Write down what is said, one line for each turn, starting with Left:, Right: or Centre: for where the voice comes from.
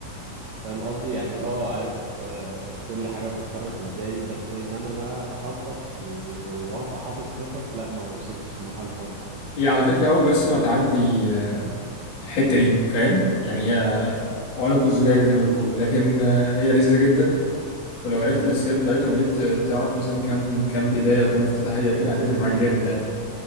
Right: فاهم قصدي يعني اه عارف آه، كل حاجة بتتحرك ازاي بس ان انا بقى اخطط و- وابقى حافظ خطط لا ما وصلتش للمرحلة دي خالص
Left: هي على فكره اول بس ما تعدي آه، الحته دي فاهم يعني هي عنق الزجاجه زي ما بيقولوا لكن آه، هي لذيذه جدا ولو عرفت الاساسيات بتاعتها وبديت آه، تعرف مثلا كام كام بدايه وكام افتتاحيه كده هتفرق معاك
Right: امم
Left: جامد يعني